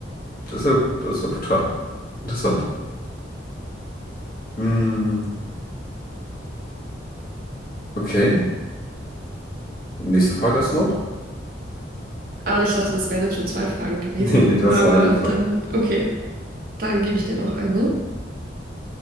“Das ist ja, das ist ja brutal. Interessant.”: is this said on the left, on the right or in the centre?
Left